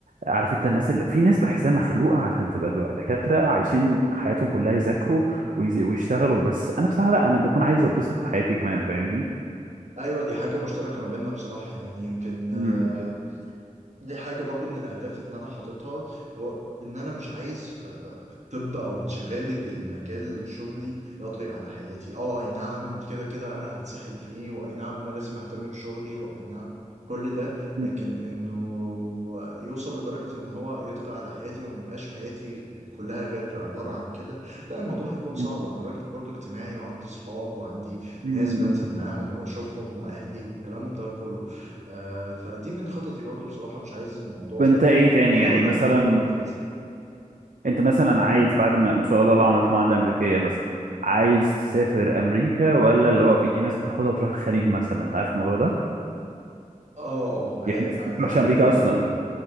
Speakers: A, on the right (about 70°); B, on the right (about 55°).
A: عارف انت الناس اللي في ناس بحسها مخلوقه عشان تبقى دو- دكاتره عايشين حياتهم كلها يذاكروا ويز- ويشتغلوا بس انا بصراحه لا انا بكون عايز اتبسط في حياتي كمان فاهمني
B: ايوه دي حاجة مشتركة ما بيننا بصراحة يعني يمكن آه،
A: مم.
B: دي حاجة برضو من الأهداف اللي أنا حاططها هو إن أنا مش عايز آه، الطب او انشغالي بالمجال شغلي يطغي على حياتي اه اي نعم كده كده انا هتسحل فيه واي نعم انا لازم اهتم بشغلي واي نعم كل ده لكن
A: مم.
B: انه يوصل لدرجة ان هو يطغى على حياتي ومبقاش حياتي كلها غير عبارة عن كده لا الموضوع هيكون صعب
A: مم.
B: انا راجل برضو اجتماعي وعندي صحاب وعندي
A: مم.
B: ناس بنزل معاهم وبشوفهم واهلي والكلام ده كله آه فدي من خططي برضو بصراحة مش عايز الموضوع
A: فانت ايه تاني
B: بحاول
A: يعني مثلا
B: اخلي الموضوع كويس
A: انت مثلا عايز بعد ما ان شاء الله لو عملت معادله امريكيه مثلا عايز تسافر امريكا ولا اللي هو في إيه ناس بتاخدها وتروح الخليج مثلا انت عارف الموضوع ده
B: اه اه عار-
A: يعني في ناس
B: عارف
A: ما بتروحش امريكا
B: الموضوع
A: ايوه انا
B: ده
A: اصلا عارف